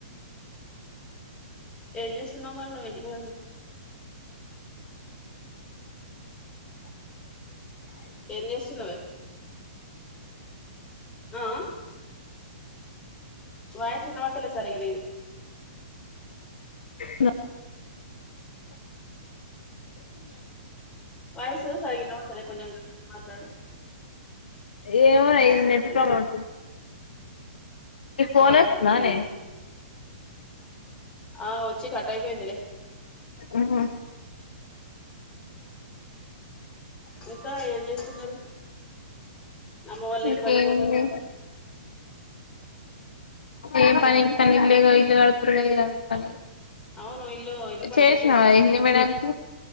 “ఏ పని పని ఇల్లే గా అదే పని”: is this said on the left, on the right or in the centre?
Left